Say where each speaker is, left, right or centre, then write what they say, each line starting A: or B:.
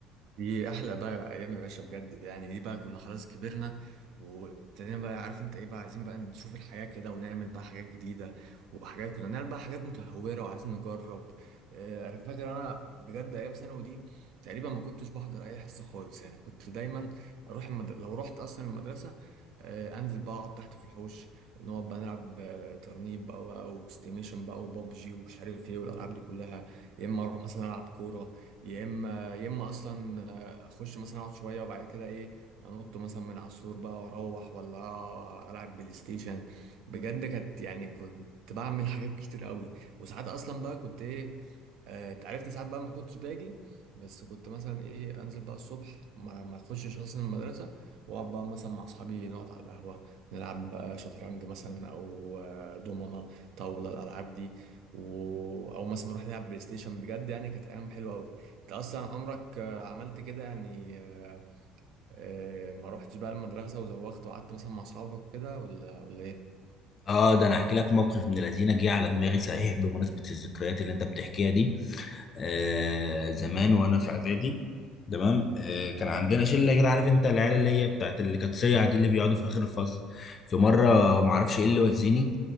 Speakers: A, on the right; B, on the left.
A: دي احلى بقى ايام يا باشا بجد يعني دي بقى كنا خلاص كبرنا وابتدينا بقى عارف انت ايه بقى عايزين بقى نشوف الحياة كده ونعمل بقى حاجات جديدة وحاجات كنا بنعمل بقى حاجات متهورة وعايزين نجرب آه، انا فاكر انا بجد ايام ثانوي دي تقريبا ما كنتش بحضر اي حصة خالص يعني كنت دايما اروح المد... لو رحت اصلا المدرسة آه، انزل بقى اقعد تحت في الحوش نقعد بقى نلعب آه، ترنيب بقى بقى وستيميشن بقى وبابجي ومش عارف ايه والالعاب دي كلها يا اما اروح مثلا العب كورة يا اما يا اما اصلا اخش مثلا اقعد شويه وبعد كده ايه انط مثلا من على السور بقى واروح ولا العب بلاي ستيشن بجد كانت يعني كنت بعمل حاجات كتير قوي وساعات اصلا بقى كنت ايه آه، اتعرفت ساعات بقى ما كنتش باجي بس كنت مثلا ايه انزل بقى الصبح ما ما اخشش اصلا المدرسه واقعد بقى مثلا مع اصحابي نقعد على القهوه نلعب بقى شطرنج مثلا او آه، دومنه طاوله الالعاب دي و... او مثلا نروح نلعب بلاي ستيشن بجد يعني كانت ايام حلوه قوي انت اصلا عمرك آه، عملت كده يعني آه، آه، ما روحتش بقى المدرسه وزوغت وقعدت مثلا مع اصحابك وكده ولا ولا ايه
B: اه ده انا احكي لك موقف من الذين جه على دماغي صحيح بمناسبه الذكريات اللي انت بتحكيها دي آه زمان وانا في اعدادي تمام آه كان عندنا شله كده عارف انت العيال اللي هي بتاعت اللي كانت سيعه دي اللي بيقعدوا في اخر الفصل في مره ما اعرفش ايه اللي وزني